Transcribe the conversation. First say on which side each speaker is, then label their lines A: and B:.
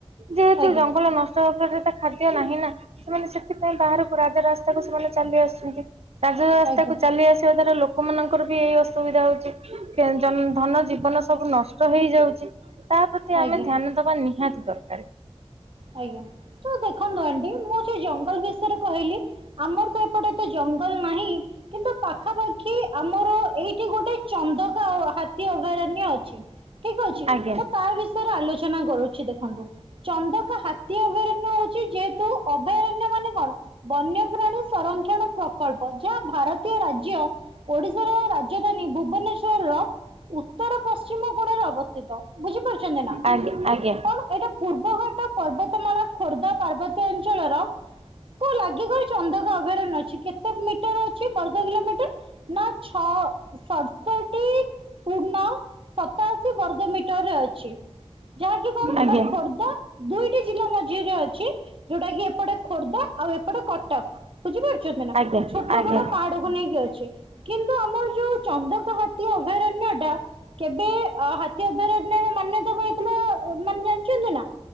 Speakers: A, on the right (about 75°); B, on the right (about 55°).
A: ଯେହେତୁ
B: ଆଜ୍ଞା
A: ଜଙ୍ଗଲ ନଷ୍ଟ ହବା ଫଳରେ ତା ଖାଦ୍ୟ ନାହିଁ ନା ସେମାନେ ସେଥିପାଇଁ ବାହାରକୁ ରାଜା ରାସ୍ତାକୁ ସେମାନେ ଚାଲି ଆସୁଚନ୍ତି। ରାଜ ରାସ୍ତାକୁ
B: ଆଜ୍ଞା
A: ଚାଲି ଆସିବା ଦ୍ଵାରା ଲୋକ ଲୋକମାନାନଙ୍କର ବି ଏଇ ଅସୁବିଧା ହଉଚି ଧନ ଜୀବନ ସବୁ ନଷ୍ଟ ହେଇଯାଉଚି। ତା ପ୍ରତି ଆମେ
B: ଆଜ୍ଞା
A: ଧ୍ୟାନ ଦବା ନିହାତି ଦରକାର।
B: ଆଜ୍ଞା ତ ଦେଖନ୍ତୁ ଆଣ୍ଟି ମୁଁ ସେ ଜଙ୍ଗଲ ବିଷୟରେ କହିଲି ଆମର ତ ଏପଟେ ତ ଜଙ୍ଗଲ ନାହିଁ। କିନ୍ତୁ ପାଖାପାଖି ଆମର ଏଇଠି ଗୋଟେ ଚନ୍ଦକା ହାତୀ ଅଭୟାରଣ୍ୟ ଅ ଛି ଠିକ ଅଛି।
A: ଆଜ୍ଞା।
B: ମୁଁ ତା ବିଷୟରେ ଆଲୋଚନା କରୁଚି ଦେଖନ୍ତୁ। ଚନ୍ଦ କା ହାତୀ ଅଭୟାରଣ୍ୟ ହଉଛି ଯେହେତୁ ଅଭୟାରଣ୍ୟ ମାନେ କଣ ବନ୍ୟପ୍ରାଣୀ ସଂରକ୍ଷଣ ପ୍ରକଳ୍ପ ଯାହା ଭାରତୀୟ ରାଜ୍ୟ ଓଡିଶାର ରାଜଧାନୀ ଭୁବନେଶ୍ଵରର ଉତ୍ତର ପଶ୍ଚିମ କୋଣରେ ଅବସ୍ଥିତ। ବୁଝିପାରୁଛନ୍ତି ନା?
A: ଆଜ୍ଞା ଆଜ୍ଞା।
B: ଏଣୁ ଏଇଟା ପୂର୍ବଘାଟ ପର୍ବତମାଳା ଖୋର୍ଦ୍ଧା ପାର୍ବତୀ ଅଞ୍ଚଳର କ ଲାଗି ଚନ୍ଦକ ଅଭୟାରଣ ଅଛି। କେତେ ମିଟର ଅଛି ବର୍ଗ କିଲୋମିଟର? ନା ଛଅ ସତଷଠି ପୂର୍ଣ ସତାଅଶୀ ବର୍ଗ ମିଟରରେ ଅଛି ଯାହାକି କଣ
A: ଆଜ୍ଞା।
B: ନା ଖୋର୍ଦ୍ଧା ଦୁଇଟି ଜିଲ୍ଲା ମଧ୍ୟରେ ଅଛି ଯୋଉଟା କି ଏପଟେ ଖୋର୍ଦ୍ଧା ଆଉ ଏପଟେ କଟକ। ବୁଝିପାରୁଚନ୍ତି ନା
A: ଆଜ୍ଞା
B: ଛୋଟ
A: ଆଜ୍ଞା
B: ବଡ ପାହାଡକୁ ନେଇକି ଅଛି। କିନ୍ତୁ ଆମର ଯୋଉ ଚନ୍ଦକ ହାତୀ ଅଭୟାରଣ୍ୟ ଟା କେବେ ହାତୀ ଅଭୟାରଣ୍ୟ ର ମାନ୍ୟତା ପାଇଥିଲା ମାନେ ଜାଣିଛନ୍ତି ନା?